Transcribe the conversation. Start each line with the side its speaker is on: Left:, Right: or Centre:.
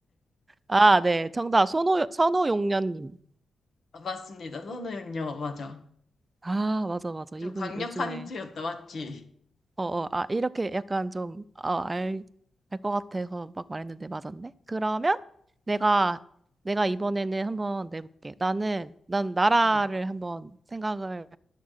Right: 아, 네. 정답. 선호, 선호용련님.
Left: 아, 맞습니다. 선우형요, 맞아.
Right: 아, 맞아, 맞아.
Left: 좀
Right: 이분
Left: 강력한
Right: 요즘에
Left: 힌트였다, 맞지?
Right: 어어, 아, 이렇게 약간 좀, 어, 알, 알 것 같아서 막 말했는데 맞았네? 그러면 내가, 내가 이번에는 한번 내볼게. 나는, 난 나라를
Left: 음,
Right: 한번 생각을